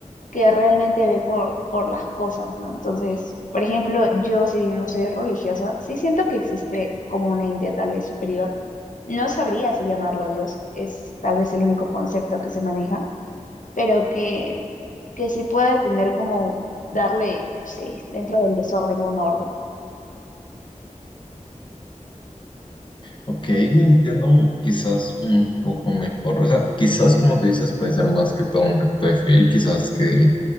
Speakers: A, on the left; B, on the left.
A: que realmente ve por, por las cosas, ¿no? Entonces, por ejemplo, yo, si bien no soy religiosa, sí siento que existe como un ente tal vez superior. No sabría si llamarlo Dios, es tal vez el único concepto que se maneja, pero que, que sí puede tener como darle, sí, dentro del desorden un orden.
B: Ok, entiendo quizás un poco mejor, o sea, quizás como tú dices puede ser más que todo un acto de fe y quizás que